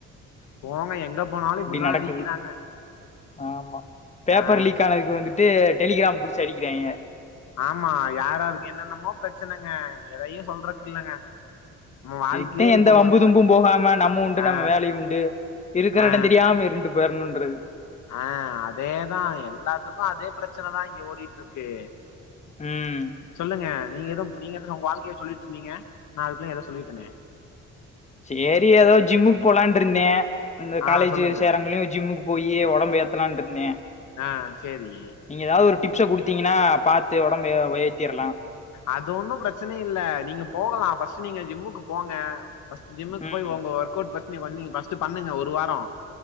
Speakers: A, on the left; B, on the left.
A: போங்க எங்க போனாலு இப்டிதா
B: நடக்குது
A: அடிக்கிறாங்க
B: ஆமா பேப்பர்
A: ஆ
B: லீக் ஆனதுக்கு வந்துட்டு டெலிகிராம் புடிச்சி அடிக்கிறாங்கிய
A: ஆமா யாராருக்கு என்னென்னமோ பிரச்சனங்க எதையு சொல்றக் இல்லங்க நம்ம வாழ்க்கையே
B: இதுக்தே எந்த
A: இப்போ
B: வம்பு
A: ஒரு ப
B: தும்பு போகாம நம்ம உண்டு
A: ஆ
B: நம்ம வேலை உண்டு இருக்குற
A: ஆ
B: இடம் தெரியாம இருண்டு பேய்ர்ணுன்றது
A: ஆ அதேதா எல்லாத்துக்கு அதே பிரச்சனதா இங்க ஓடிட்ருக்கு
B: ம்
A: சொல்லுங்க நீங்க ஏதோ நீங்க ஏதவு உங்க வாழ்க்கைய சொல்லிட்ருந்தீங்க நா அதுக்குள்ள ஏதோ சொல்லிட்ருந்தே
B: சேரி ஏதோ ஜிம்முக் போலான்ருந்தே இந்த
A: ஆ
B: காலேஜி
A: சொல்லுங்க
B: சேரங்குளியு ஜிம்முக்கு போயியே உடம்பு ஏத்தலான்ட்ருந்தே
A: ஆ சேரி
B: நீங்க ஏதாவது ஒரு டிப்ஸ குடுத்தீங்கனா பாத்து உடம்ப ஏ ஏத்திர்லா
A: அது ஒன்னு பிரச்சன இல்ல நீங்க போகலா ஃபர்ஸ்ட்டு நீங்க ஜிம்முக்கு போங்க ஃபஸ்ட்டு ஜிம்முக்கு
B: ம்
A: போய் உங்க ஒர்க் அவுட் ஃபஸ்ட் பண்ணி ஃபஸ்ட்டு பண்ணுங்க ஒரு வாரோ